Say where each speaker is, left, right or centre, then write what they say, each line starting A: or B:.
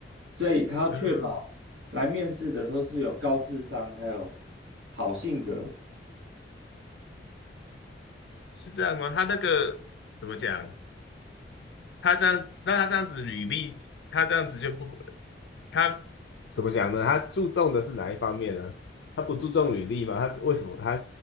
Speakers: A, on the right; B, on the left.
A: 所以他要确保来面试的都是有高智商还有
B: 嗯嗯，
A: 好性格。
B: 是这样吗？他那个怎么讲？他这样，那他这样子履历，他这样子就不，他怎么讲呢？他注重的是哪一方面呢？他不注重履历吗？他为什么他